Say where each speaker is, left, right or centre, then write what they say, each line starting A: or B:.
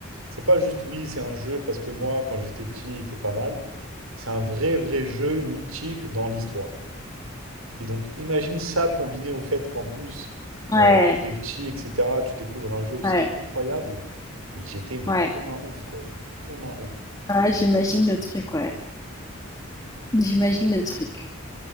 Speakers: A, on the right (about 85°); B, on the left (about 15°).
A: c'est pas juste oui, c'est un jeu parce que moi, quand j'étais petit, il était pas mal. C'est un vrai, vrai jeu mythique dans l'histoire. Et donc, imagine ça combiné au fait qu'en plus,
B: ouais,
A: euh, t'es petit, etc., tu découvres un jeu aussi
B: ouais,
A: incroyable. Mais j'étais, mais
B: ouais.
A: comme un ouf, quoi. Comme un ouf.
B: Ah, j'imagine le truc, ouais. J'imagine le truc.